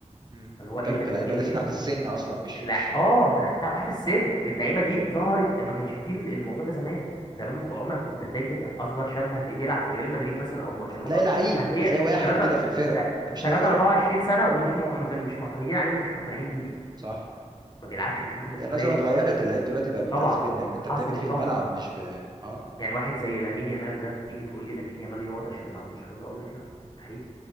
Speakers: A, on the right; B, on the left.
A: مم.
B: اللي هو
A: بتتكلم
B: ايه
A: في
B: ده
A: لعيبة
B: ايه
A: لسه تحت السن اصلا مش
B: الع...
A: مش
B: اه تحت تحت السن اللعيبه دي ظهرت ما كانش فيه الموضوع ده زمان زمان ما كان-
A: مم.
B: عمرك ما كنت هتلاقي كده اصغر شاب هتلاقيه بيلعب في ريال مدريد مثلا او برشلونه
A: هتلاقي لعيب
B: هتلاقيه
A: هتلاقي واحد
B: 3
A: كده في الفرقة
B: لا
A: انا مش
B: 3
A: لاقي فرقة
B: 24 سنه ومش معتم... مش معتمدين عليه ومش مقتنعين بيه
A: صح
B: ما بيلعبش مش واخد الحريه
A: هي النظرة
B: دي
A: اتغيرت اللعيب دلوقتي بقى بيتقاس
B: طبعا
A: بانك انت
B: حصل
A: بتعمل ايه في
B: طفره
A: الملعب مش ب اه
B: يعني واحد زي لامين يامال ده تيجي تقول لي لامين يامال يقعد عشان ما عندوش خبره اقول لك لا مستحيل